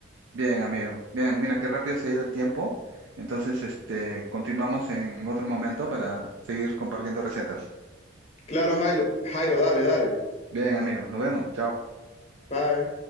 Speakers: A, on the right (about 75°); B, on the left (about 35°).
A: Bien, amigo. Bien, mira qué rápido se ha ido el tiempo. Entonces, este, continuamos en otro momento para seguir compartiendo recetas.
B: Claro, Jairo, Jairo, dale, dale.
A: Bien, amigo, nos vemos. Chao.
B: Bye.